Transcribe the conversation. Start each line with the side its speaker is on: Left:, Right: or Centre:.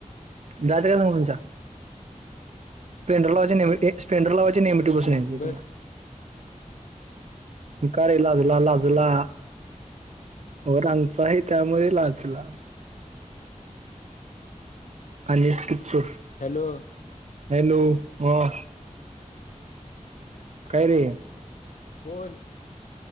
Right: जायचं काय सांग तुमच्या? स्प्लेंडर लावायची नी एक स्प्लेंडर लावायची नेमइटी बसून
Left: हम्म
Right: यायची
Left: बस
Right: तिथ कारे लाजला लाजला वरांचा आहे त्यामुळे लाजला. <unintelligible>
Left: हॅलो.
Right: हॅलो ह. काय रे?
Left: बोल.